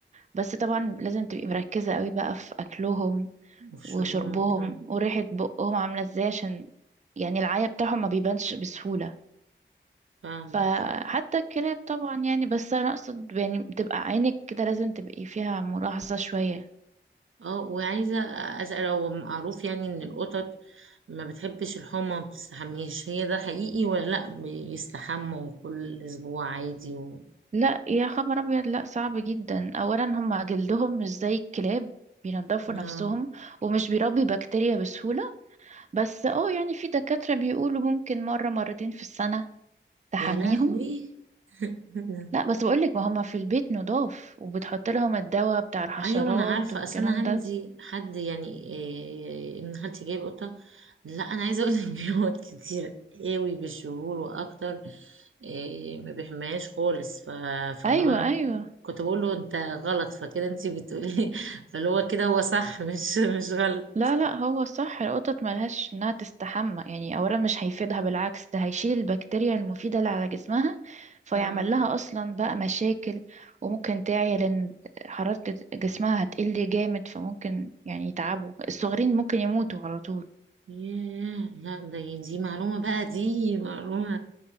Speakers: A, on the right; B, on the right.
A: بس طبعا لازم تبقي مركزة قوي بقى في أكلهم
B: وفي
A: وشربهم
B: شربهم كمان
A: وريحة بقهم عاملة ازاي عشان يعني العيا بتاعهم ما بيبانش بسهولة
B: فاهمة
A: فحتى الكلاب طبعا يعني بس أنا أقصد يعني بتبقى عينك كده لازم تبقي فيها ملاحظة شوية
B: اه وعايزة أسأل هو معروف يعني إن القطط ما بتحبش الحمى ما بتستحميش هي ده حقيقي ولا لأ بيستحموا كل أسبوع عادي و...
A: لا يا خبر أبيض لا صعب جدا أولا هما جلدهم مش زي الكلاب بينضفوا
B: آه.
A: نفسهم ومش بيربي بكتيريا بسهولة بس اه يعني في دكاترة بيقولوا ممكن مرة مرتين في السنة تحميهم
B: يا لهوي <laughs>
A: لا بس بقولك ما هما في البيت نضاف وبتحط لهم الدواء بتاع الحشرات
B: ايوه ما انا عارفه
A: والكلام
B: اصل انا عندي
A: ده
B: حد يعني إيه ان خالتي جايب قطه لا انا عايزه اقول لك <laughs> بيقعد كتير قوي بالشهور واكتر إيه ما بيحماش خالص ف... فاللي
A: ايوه
B: هو انا
A: ايوه
B: كنت كنت بقول له انت غلط فكده انت بتقولي <laughs> فاللي هو كده هو صح مش مش غلط
A: لا لا هو صح القطط ملهاش انها تستحمى يعني اولا مش هيفيدها بالعكس ده هيشيل البكتيريا المفيدة اللي على جسمها فيعمل
B: آه.
A: لها اصلا بقى مشاكل وممكن تعيا لان حرارة جسمها هتقل جامد فممكن يعني يتعبوا الصغيرين ممكن يموتوا على طول
B: ياه لا ده دي معلومة بقى دي معلومة